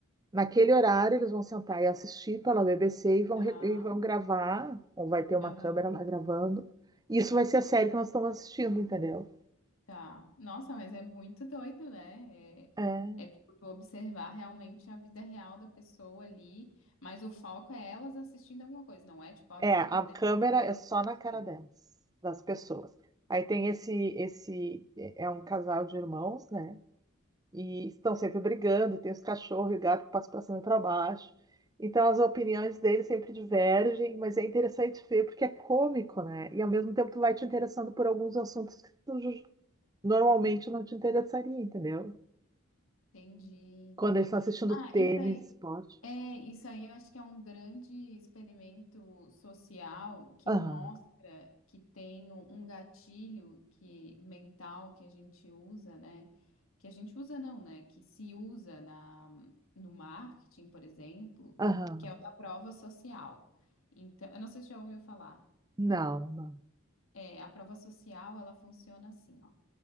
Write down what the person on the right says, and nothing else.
naquele horário eles vão sentar e assistir pela BBC e vão,
re- e vão gravar, ou vai ter uma
câmera lá gravando. Isso vai ser a série que nós estamos assistindo, entendeu?
É.
É,
a
câmera
é só
na cara delas, das pessoas. Aí tem esse, esse, é é um casal de irmãos, né? E estão sempre brigando, e tem os cachorros e o gato que passam para cima e para baixo. Então as opiniões deles sempre divergem, mas é interessante ver porque é cômico, né? E ao mesmo tempo tu vai te interessando por alguns assuntos que tu ju- normalmente não te interessaria, entendeu?
Quando eles estão assistindo
tênis,
esporte.
Aham,
aham,
não, não.